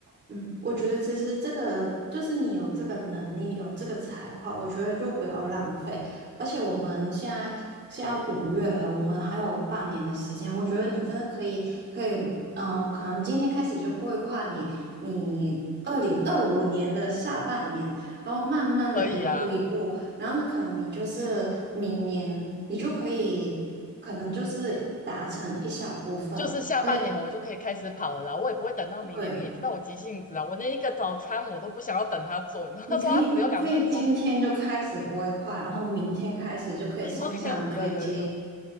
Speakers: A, on the right (about 30°); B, on the left (about 25°).
A: 嗯，我觉得其实这个就是你有这个能力，有这个才华，我觉得就不要浪费。而且我们现在现在五月了，我们还有半年的时间，我觉得你真的可以可以，嗯、可能今天开始就规划你你二零二五年的下半年，然后慢慢的一步一步，
B: 可以啊，
A: 然后呢，可能你就是明年你就可以，可能就是达成一小部分，
B: 就是下半年我就可以开始跑了啦，
A: 可以，
B: 我也不会等到明年。
A: 对。
B: 你也知道我急性子啊，我连一个早餐我都不想要等他做，你知道
A: 你可以可以今天就开始规划，
B: <laughs> 他说他只有两分钟。
A: 然后明天开始就可以线上可以接
B: <laughs> OK，有有有